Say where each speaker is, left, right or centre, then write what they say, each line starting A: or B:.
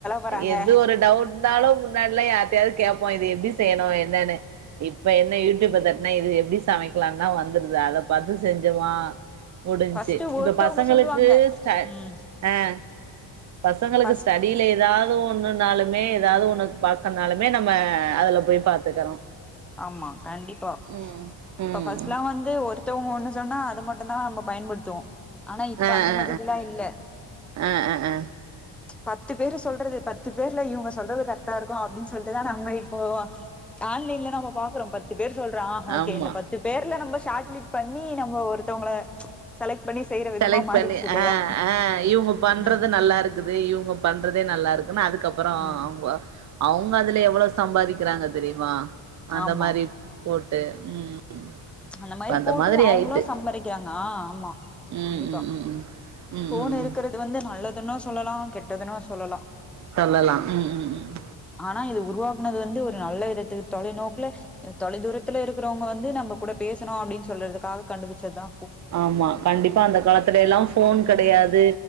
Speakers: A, in the centre; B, on the right.
A: பண்றாங்க
B: எது ஒரு டவுட் ந்தாலு முன்னாடில்லா யார்டயாவது கேட்போ இது எப்டி செய்யணு என்னன்னு இப்ப என்ன யூடியூப் தட்னா இது எப்டி சமைக்கலா தா வந்துருது அதை பாத்து செஞ்சுருவா முடிஞ்ச்சு
A: ஃபர்ஸ்ட்
B: இப்ப
A: ஒருத்தவங்க
B: பசங்களுக்கு
A: சொல்லுவாங்க
B: ஸ்ட
A: ம்
B: அ பசங்களுக்கு
A: ஃபர்ஸ்ட்
B: ஸ்டடியில எதா எதோ ஒண்ணுன்னாலுமே ஏதாது ஒண்ணுக்கு பாக்கனாலுமே நம்ம அதுல போய் பாத்துக்கறோ
A: ஆமா கண்டிப்பா
B: ம் ம்
A: இப்ப ஃபஸ்ட்லா வந்து ஒரு த்தவங்க ஒன்னு சொன்னா அத மட்டுதா நம்ம பயன்படுத்துவோ ஆனா இப்ப
B: ஆ
A: அந்த
B: ஆ
A: மாதிரில்லா இல்ல
B: ஆ ஆ ஆ
A: பத்து பேரு சொல்றது பத்து பேர்ல இவங்க சொல்றது கரெக்டா இருக்கு அப்டின்னு சொல்ட்டுதா நம்ம இப்போ ஆன்லைன்ல நம்ப பாக்றோ பத்து பேரு சொல்ற ஆ ஓகே
B: ஆமா
A: இந்த பத்து பேர்ல நம்ப சாட்லிட் பண்ணி நம்ம ஒருத்தவலங்க செலக்ட் பண்ணி செய்யற விதமா
B: செலக்ட்
A: மாறிச்சு
B: பண்ணி
A: இல்லையா
B: ஆ ஆ இவுங்க பண்றது
A: ம்
B: நல்லா இருக்குது இவுங்க பண்றதே நல்லா இருக்குன்னு அதுக்கப் அப்பறோ
A: ம்
B: அவுங்க அவுங்க அதுல எவ்வளவு சம்பாதிக்கிறாங்க தெரிமா அந்த
A: ஆமா
B: மாறி போட் டு ம்
A: அந்த
B: இப்ப
A: மாறி போட்டு
B: மாதிரி
A: அவுங்களு
B: ஆயிட்டு
A: சம்பதிக்கிறாங்க ஆமா
B: ம்
A: கண்டிப்பா
B: ம் ம் ம் ம்
A: ஃபோன்
B: ம் ம்
A: இருக்கறது வந்து நல்லது துனு சொல்லலா கெட்டதுன்னு சொல்லலா
B: சொல்லலா ம் ம் ம்
A: ஆ இது உருவாக்குனது வந்து ஒரு நல்ல விதத்துக்கு தொலைநோக்குல தொலை தூரத்துல இருக்கிறவங்க வந்து நம்ம கூட பேசணு அப்டின்னு சொல்றதுக்காக கண்டுபிச்சது தா
B: ஆமா கண்டிப்பா அந்த காலத்துல எல்லா ஃபோன் கெடையாது
A: ம்